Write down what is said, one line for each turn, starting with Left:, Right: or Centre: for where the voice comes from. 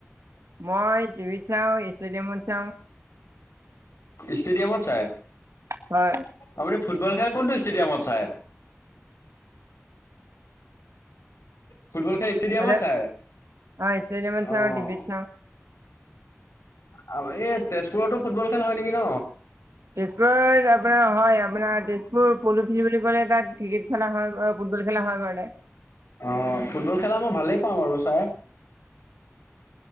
Right: মই টিভিত চাওঁ, ষ্টেডিয়ামত চাওঁ
Left: ষ্টেডিয়ামত চাই?
Right: হয়
Left: আপুনি ফুটবল খেল কোনটো ষ্টেডিয়ামত চাই? ফুটবল খেল ষ্টেডিয়ামত
Right: হেল্ল'
Left: চাই,
Right: হয় ষ্টেডিয়ামত চাওঁ
Left: অ'।
Right: টিভিত চাওঁ
Left: অ', এই তেজপুৰতো ফুটবল খেল হয় নেকি ন?
Right: তেজপুৰত আপোনাৰ হয়, আপোনাৰ তেজপুৰ প'ল' ফিল্ড বুলি ক'লে তাত ক্ৰিকেট খেলা হয়, ফুটবল খেলা হয় বাৰু তে।
Left: অ', ফুটবল খেলা মই ভালেই পাওঁ বাৰু চাই।